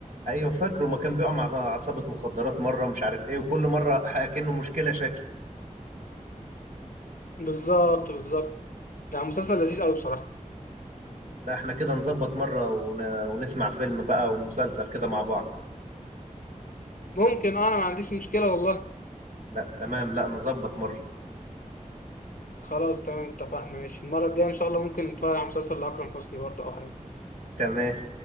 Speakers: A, on the right (about 80°); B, on the left (about 85°).
A: ايوه فاكره ما كان بيقع مع عصابه مخدرات مره مش عارف ايه وكل مره <laughs> اكنه مشكله شكل
B: بالظبط بالظبط يعني مسلسل لذيذ قوي بصراحه
A: لا احنا كده نظبط مره ون... ونسمع فيلم بقى ومسلسل كده مع بعض
B: ممكن اه انا ما عنديش مشكله والله
A: لا تمام لا نظبط مره
B: خلاص تمام اتفقنا ماشي المره الجايه ان شاء الله ممكن نتفرج على مسلسل لاكرم حسني برضه او حاجه
A: تمام